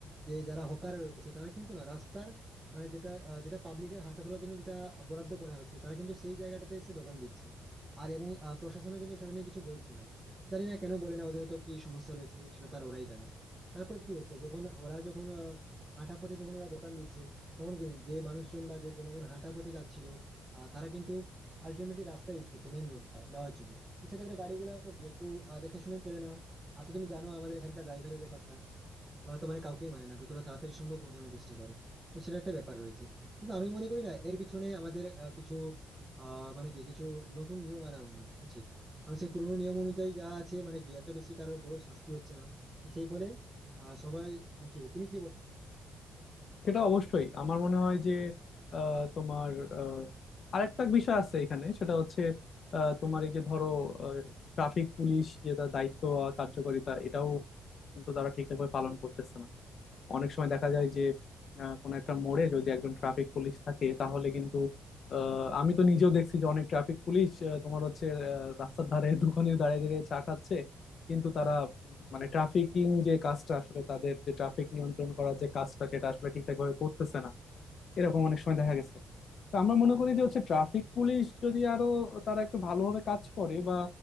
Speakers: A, on the right; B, on the left.
A: যে যারা হকার রয়েছে তারা কিন্তু না রাস্তার মানে যেটা আহ, যেটা পাবলিকের হাঁটা চলার জন্য যেটা বরাদ্দ করা হয়েছে তারা কিন্তু সেই জায়গাটাতে এসে দোকান দিচ্ছে আর এবং আহ, প্রশাসনও কিন্তু সেটা নিয়ে কিছু বলছে না জানি না কেন বলে না ওদের তো কি সমস্যা রয়েছে সেটা তারা ওরাই জানে তারপর কি হচ্ছে যখন ওরা যখন আহ, হাঁটা পথে যখন ওরা দোকান দিচ্ছে তখন কি যে মানুষজন বা যে জনগণ হাঁটা পথে যাচ্ছিল আহ, তারা কিন্তু আলটিমেটলি রাস্তা ইউজ করছে মেন রোডটা যাওয়ার জন্য তো সেক্ষেত্রে গাড়িগুলো কি একটু আহ, দেখে শুনে পেরে না আর তো তুমি জানো আমাদের এখানকার ড্রাইভারের ব্যাপারটা ওরা তো মানে কাউকেই মানে না যতটা তাড়াতাড়ি সম্ভব পৌঁছানোর চেষ্টা করে তো সেটা একটা ব্যাপার রয়েছে কিন্তু আমি মনে করি না এর পিছনে আমাদের আহ, কিছু আহ মানে কি কিছু নতুন নিয়ম আনা উনি- উচিত কারণ সেই পুরোনো নিয়ম অনুযায়ী যা আছে মানে কি এত বেশি কারোর বড় শাস্তি হচ্ছে না তো সেই ফলে আহ সবাই মানে কি তুমি কি বলো?
B: সেটা অবশ্যই আমার মনে হয় যে আহ, তোমার আহ, আরেকটা বিষয় আছে এখানে সেটা হচ্ছে আহ, তোমার এই যে ধরো ট্রাফিক পুলিশ যে তার দায়িত্ব আর কার্যকারিতা এটাও কিন্তু তারা ঠিকঠাকভাবে পালন করতেছে না অনেক সময় দেখা যায় যে আহ, কোনো একটা মোড়ে যদি একজন ট্রাফিক পুলিশ থাকে তাহলে কিন্তু আহ, আমি তো নিজেও দেখছি যে অনেক ট্রাফিক পুলিশ আহ, তোমার হচ্ছে আহ, রাস্তার ধারে <laughs> দোকানে দাঁড়িয়ে দাঁড়িয়ে চা খাচ্ছে কিন্তু তারা উম, মানে ট্রাফিকিং যে কাজটা আসলে তাদের যে ট্রাফিক নিয়ন্ত্রণ করার যে কাজটা সেটা আসলে ঠিকঠাক ভাবে করতেছে না এরকম অনেক সময় দেখা গেছে তো আমরা মনে করি যে হচ্ছে ট্রাফিক পুলিশ যদি আরো তারা একটু ভালোভাবে কাজ করে বা